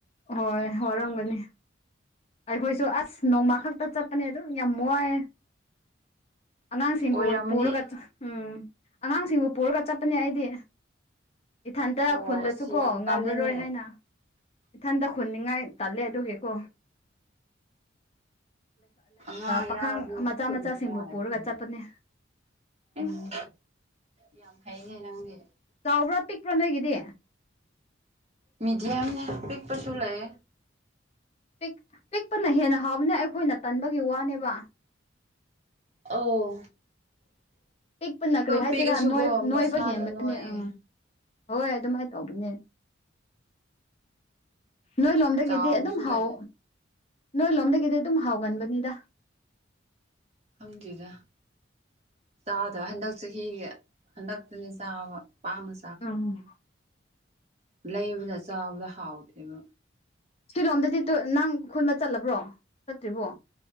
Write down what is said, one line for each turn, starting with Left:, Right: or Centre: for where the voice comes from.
Left: ꯍꯣꯏ ꯋꯥꯔꯝꯒꯅꯤ ꯑꯩꯈꯣꯏꯁꯨ ꯑꯁ ꯅꯣꯡꯃ ꯈꯛꯇ ꯆꯠꯄꯅꯦ ꯑꯗꯨꯝ ꯌꯥꯝ ꯋꯥꯏꯑꯦ ꯑꯉꯥꯡꯁꯤꯡꯕꯨ
Right: ꯑꯣꯏꯔꯝꯃꯅꯤ
Left: ꯄꯨꯔꯒ ꯎꯝ ꯑꯉꯥꯡꯁꯤꯡꯕꯨ ꯄꯨꯔꯒ ꯆꯠꯄꯅꯦ ꯑꯩꯗꯤ ꯏꯊꯟꯇ
Right: ꯑꯣ
Left: ꯈꯨꯜꯂꯁꯨ
Right: ꯑꯁ
Left: ꯀꯣ
Right: ꯌꯥꯝ
Left: ꯉꯝꯔꯔꯣꯏ
Right: ꯀꯜꯂꯦꯅꯦ
Left: ꯍꯥꯏꯅ ꯏꯊꯟꯇ ꯍꯨꯅꯤꯡꯉꯥꯏ ꯇꯜꯂꯦ ꯑꯗꯨꯒꯤꯀꯣ
Right: ꯑꯉꯥꯡ
Left: ꯄꯥꯈꯪ
Right: ꯌꯥꯎꯔꯗꯤ
Left: ꯃꯆꯥ
Right: ꯈꯨꯟꯕ
Left: ꯃꯆꯥꯁꯤꯡꯕꯨ
Right: ꯅꯨꯡꯉꯥꯏꯕꯅꯤ
Left: ꯄꯨꯔꯒ ꯆꯠꯄꯅꯦ ꯎꯝ
Right: ꯏꯁ ꯌꯥꯝ ꯐꯩꯅꯦ ꯅꯪꯗꯤ
Left: ꯆꯥꯎꯕ꯭ꯔꯥ ꯄꯤꯛꯄ꯭ꯔꯥ ꯅꯣꯏꯒꯤꯗꯤ
Right: ꯃꯤꯗꯤꯌꯝꯅꯦ ꯄꯤꯛꯄꯁꯨ ꯂꯩ
Left: ꯄꯤꯛ ꯄꯤꯛꯄꯅ ꯍꯦꯟꯅ ꯍꯥꯎꯕꯅ ꯑꯩꯈꯣꯏꯅ ꯇꯟꯕꯒꯤ ꯋꯥꯅꯦꯕ
Right: ꯑꯧ
Left: ꯄꯤꯛꯄ ꯀ꯭ꯔꯤ ꯍꯥꯏꯁꯤꯔꯥ
Right: ꯄꯤꯛꯑꯁꯨꯀꯣ
Left: ꯅꯣꯏ ꯅꯣꯏꯕ
Right: ꯃꯁꯥꯗꯣ
Left: ꯍꯦꯟꯕꯅꯦ
Right: ꯅꯣꯏꯌꯦ
Left: ꯑꯥ ꯍꯣꯏ ꯑꯗꯨꯃꯥꯏꯅ ꯇꯧꯕꯅꯦ ꯅꯣꯏ ꯂꯣꯝꯗꯒꯤꯗꯤ
Right: ꯆꯥꯎꯕꯁꯨ
Left: ꯑꯗꯨꯝ ꯍꯥꯎ
Right: ꯂꯩ
Left: ꯅꯣꯏ ꯂꯣꯝꯗꯒꯤꯗꯤ ꯑꯗꯨꯝ ꯍꯥꯎꯒꯟꯕꯅꯤꯗ
Right: ꯈꯪꯗꯦꯗ ꯆꯥꯗ ꯍꯟꯗꯛ ꯆꯍꯤꯒꯤ ꯍꯟꯗꯛꯇꯅꯦ ꯆꯥꯕ ꯄꯥꯝꯅ
Left: ꯎꯝ
Right: ꯂꯩꯕꯅ ꯆꯥꯕꯗ ꯍꯥꯎꯇꯦꯕ
Left: ꯁꯤꯂꯣꯝꯗꯗꯤ ꯇꯨ ꯅꯪ ꯈꯨꯟꯕ ꯆꯠꯂꯕ꯭ꯔꯣ ꯆꯠꯇ꯭ꯔꯤꯕꯣ